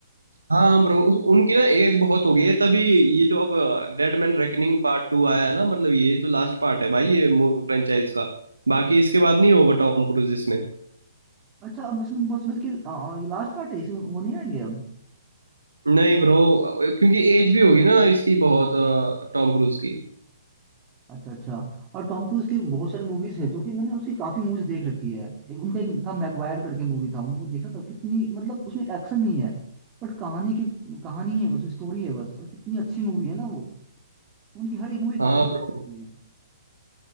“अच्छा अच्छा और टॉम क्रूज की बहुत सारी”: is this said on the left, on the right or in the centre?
Right